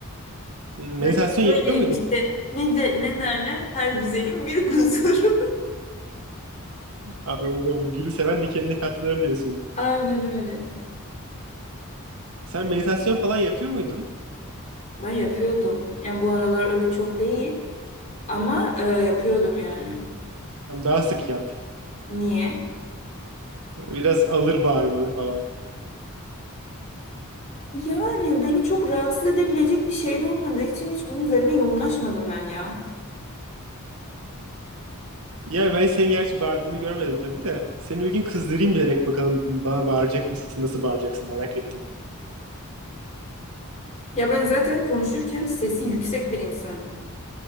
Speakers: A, on the right (about 70°); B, on the left (about 30°).
A: Hmm,
B: Ben
A: Meditasyon
B: de böyleyim
A: yapıyor muydun?
B: işte. Ne de ne derler? Her güzelin bir kusuru.
A: Anladım. Gülü seven dikenine katlanır diyorsun.
B: <laughs> Aynen öyle.
A: Sen meditasyon falan yapıyor muydun?
B: Ben yapıyordum. Yani bu aralar öyle çok değil ama e, yapıyordum yani.
A: Tamam, daha sık yap.
B: Niye?
A: Biraz alır bağırmanı falan.
B: Yani beni çok rahatsız edebilecek bir şey de olmadığı için hiç bunun üzerine yoğunlaşmadım ben ya.
A: Yani ben senin gerçi bağırdığını görmedim tabii de. Seni bir gün kızdırayım bilerek bakalım bana bağıracak mısın? Nasıl bağıracaksın merak ettim.
B: Ya ben zaten konuşurken sesi yüksek bir insanım.